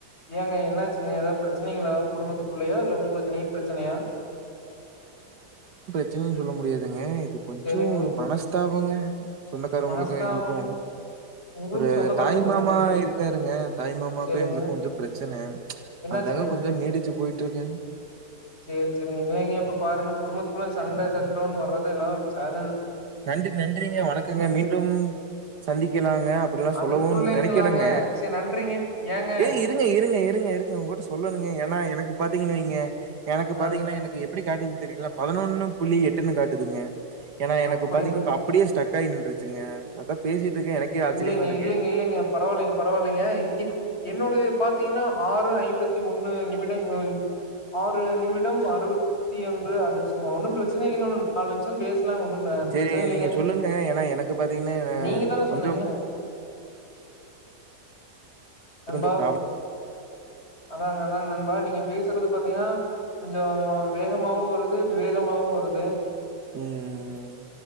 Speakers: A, on the left (about 40°); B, on the right (about 75°).
A: ஏங்க என்னாச்சுங்க ஏதாவது பிரச்சனைங்களா குடும்பத்துக்குள்ளையா இல்ல உங்களுக்கு நீ பிரச்சனையா
B: பிரச்சனன்னு சொல்ல முடியாதுங்க இது கொஞ்சோ
A: சேரிங்க
B: ஒரு மனஸ்தாபங்க சொந்தக்காரவங்களுக்கு
A: மனஸ்தாபம்
B: எங்களுக்கு
A: உங்களுக்கு
B: ஒரு
A: சொந்தக்காரங்களுக்குமா
B: தாய் மாமா இருக்காருங்க தாய் மாமாக்கு
A: சேரிங்க
B: எங்களுக்கும் கொஞ்சோ பிரச்சன்ன
A: என்னாச்சுங்க
B: அதாங்க கொஞ்சோ நீடிச்சு போயிட்டு இருக்கு
A: சேரி சேரிங்க இல்லைங்க இப்ப பாருங்க குடும்பத்துக்குள்ள சண்டை சச்சரவுன்னு வர்றது எல்லா ச
B: நன்றி நன்றிங்க வணக்கங்க மீண் டும் சந்திக்கலாங்க அப்படில்லா
A: அதுக்குள்ளைங்களாங்க
B: சொல்லவு நெனைக்கிறங்க
A: சேரி நன்றிங்க ஏங்க
B: ஏய் இருங்க இருங்க இருங்க இருங்க உங்ககிட்ட சொல்லணுங்க ஏன்னா எனக்கு பாத்தீ ங்க வைங்க எனக்கு
A: ஆ
B: பாத்தீங்கன்னா எனக்கு எப்டி காட்டுது தெரியுங்களா பதினொன்னு புள்ளி எட்டுன்னு காட்டுதுங்க ஏன்னா எனக்கு
A: அப்டிங்க
B: பாத்தீங்கன்னா இப்ப அப்டியே ஸ்டக் ஆகி நின்னுருச்சுங்க அதா பேசிட்டு இருக்கேன். எனக்கே ஆச்சரியமா
A: இல்லைங்க
B: இருக்கு.
A: இல்லைங்க இல்லைங்க பரவாயில்லைங்க பரவாயில்லைங்க இங்க என்னோடது பாத்தீங்கன்னா ஆறு ஐம்பத்தி ஒண்ணு நிமிடங்கள் ஆறு நிமிடம் அறுபத்தி ஒன்று <unintelligible> ஒன்னு பிரச்சனை இல்லைங்க உன்ன நாலு நிமிஷ பேச லாங் ஒன்னு
B: சரி,
A: பிரச்சன இல்லைங்க
B: நீங்க சொல்லுங்க. ஏன்னா, எனக்கு பார்த்தீங்கன்னா,
A: நீங்க தான
B: கொஞ்சம்
A: சொன்னீங்க நண்பா
B: கொஞ்சோ பிராப்ளம்
A: அதாங்க அதாங்க நண்பா நீங்க பேசுறது பாத்தீங்கன்னா கொஞ்சோ வேகமாவு வருது விவேகமாவு வருது
B: ம்